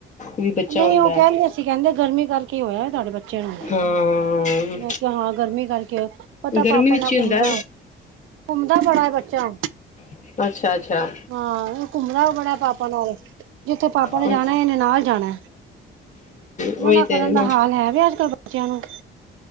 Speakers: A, on the left; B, on the right.
A: ਵੀ ਬੱਚਾ
B: ਨਹੀਂ
A: ਹੁੰਦਾ
B: ਉਹ ਕਹਿੰਦੇ ਸੀ, ਕਹਿੰਦੇ, ਗਰਮੀ ਕਰਕੇ ਈ ਹੋਇਆ ਤੁਹਾਡੇ ਬੱਚ ਬੱਚੇ ਨੂੰ,
A: ਹਾਂ
B: ਮੈਂ ਕਿਹਾ ਹਾਂ ਗਰਮੀ ਕਰਕੇ ਪਤਾ
A: ਗਰਮੀ
B: ਪਾਪਾ
A: ਵਿੱਚ
B: ਨਾ
A: ਹੀ
B: ਘੁੰਮਦਾ‌‌।
A: ਹੁੰਦਾ
B: ਘੁੰਮਦਾ ਬੜਾ ਏ, ਬੱਚਾ।
A: ਹੈ ਅੱਛਾ ਅੱਛਾ
B: ਹਾਂ, ਘੁੰਮਣਾ ਵੀ ਬੜਾ ਪਾਪਾ ਨਾਲ, ਜਿੱਥੇ ਪਾਪਾ ਨੇ
A: ਹਮ
B: ਜਾਣਾ ਇਹਨੇ ਨਾਲ ਜਾਣਾ।
A: ਉਹੀ
B: ਮਨਾ
A: ਤੇ
B: ਕਰਨ
A: ਨਾ
B: ਦਾ ਹਾਲ ਹੈਵੇ ਅੱਜ-ਕੱਲ ਬੱਚਿਆਂ ਨੂੰ।